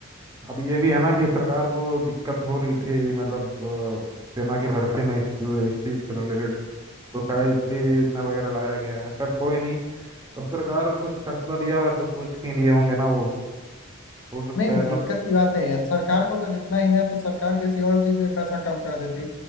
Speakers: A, on the right; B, on the left.
A: अब ये भी है ना कि सरकार को दिक्कत हो रही थी मतलब अ, सेना की भर्ती में इस इस चीज से रिलेटेड तो शायद इसलिए ये योजना वगैरह लाया गया है पर कोई नहीं अब सरकार कुछ फैसला लिया है तो सोच के लिए होंगे ना वो हो सकता
B: नहीं नहीं
A: है
B: दिक्कत
A: बस
B: की बात नहीं है सरकार को अगर इतना ही है तो सरकार किसी और चीज में पैसा कम कर देती